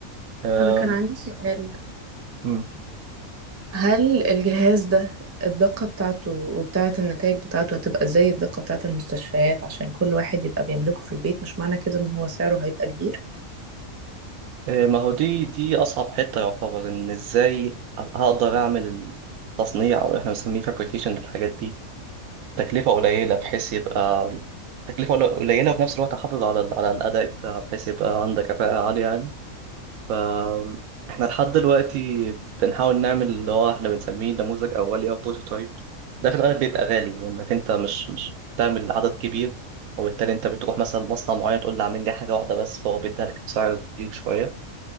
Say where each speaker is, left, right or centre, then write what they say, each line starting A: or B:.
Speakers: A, on the right; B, on the right.
A: أم،
B: أنا كان عندي سؤال
A: مم.
B: هل الجهاز ده الدقة بتاعته وبتاعة النتائج بتاعته هتبقى زي الدقة بتاعة المستشفيات عشان كل واحد يبقى بيملكه في البيت مش معنى كده إن هو سعره هيبقى كبير؟
A: إيه، ما هو دي دي أصعب حتة يعتبر إن إزاي هقدر أعمل التصنيع أو إحنا بنسميه فابريكيشن للحاجات دي تكلفة قليلة بحيث يبقى تكلفة قليلة وفي نفس الوقت أحافظ على ال- على الأداء بتاعها بحيث يبقى عندك كفاءة عالية يعني فاحنا لحد دلوقتي بنحاول نعمل اللي هو احنا بنسميه نموذج اولي او بروتوتايب ده في الغالب بيبقى غالي لانك انت مش مش بتعمل عدد كبير وبالتالي انت بتروح مثلا مصنع معين تقول له اعمل لي حاجه واحده بس فهو بيديها لك بسعر كبير شويه